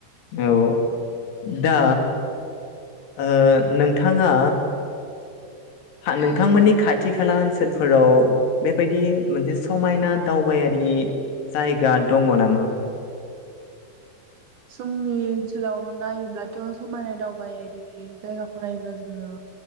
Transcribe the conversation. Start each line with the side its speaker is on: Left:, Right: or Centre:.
Left: औ दा ओ नोंथाङा नोंथांमोननि खाथि खाला ओनसोलफोराव बेबायदि मोनसे समायना दावबायारि जायगा दङ नामा?
Right: जोंनि ओनसोलाव नायोब्लाथ' समायना दावबायारि जायगाखौ नायोब्ला जोङो